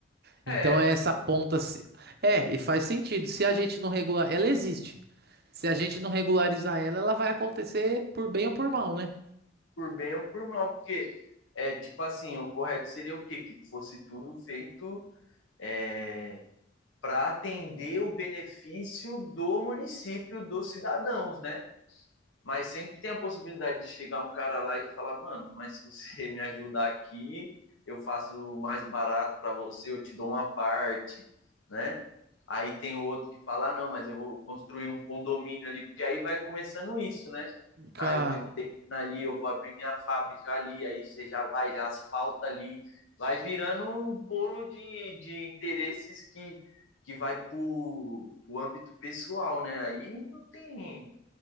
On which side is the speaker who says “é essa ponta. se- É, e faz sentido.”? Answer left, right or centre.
Right